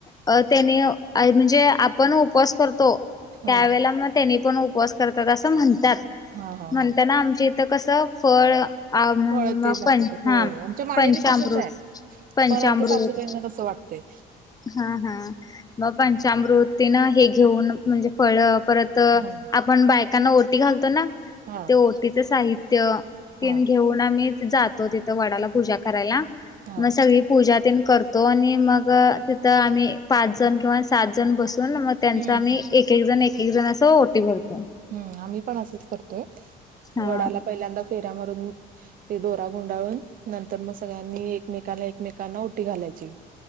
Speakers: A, on the left; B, on the right.
A: अ त्यानी म्हणजे आपण उपवास करतो त्यावेळे
B: हा
A: मग त्यानी पण - उपवास करतात असं म्हणतात
B: हा हा
A: म्हणताना
B: हा
A: आमच्या इथं कसं फळ - आ म्ह
B: फळ
A: मग
B: ते दाखवतात
A: पंम
B: होय आमच्या माहेरी
A: पंचामृत
B: तसच आहे.
A: पंचामृत
B: पण आमच्या सासूबाईंना तसं वाटतंय.
A: हा हा मग पंचामृती ना हे घेऊन म्हणजे फळ - परत
B: हा
A: आपण बायकांना ओटी घालतो ना
B: हा
A: ते ओटीच साहित्य
B: हा
A: तेन घेऊन आम्ही जातो तिथ वडाला पूजा करायला
B: हा
A: मग सगळी पूजा - तेन करतो आणि मग तिथं आम्ही पाच जण किंवा सात जण बसतो <unintelligible> मग त्यांचा
B: हम्म
A: आम्ही एक एक जण एक एक जण अस ओटी भरतो
B: हम् आम्ही पण असंच करतोय
A: हा
B: वडाला पहिल्यांदा फेऱ्या मारून ते दोरा गुंडाळून नंतर मग सगळ्यांनी एकमेकाला एकमेकांना ओटी घालायची